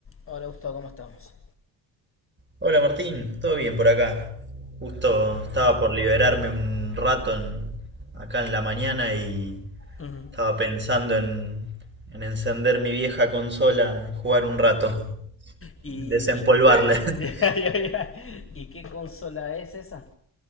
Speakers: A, on the left; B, on the right.
A: Hola Gustavo, ¿cómo estamos?
B: Hola Martín, ¿todo bien por acá? Justo estaba por liberarme un rato en- acá en la mañana y
A: Ujú.
B: estaba pensando en, en encender mi vieja consola, en jugar un rato,
A: Y
B: desempolvarla.
A: qué <laughs>
B: <laughs>
A: Ya, ya, ya. ¿Y qué consola es esa?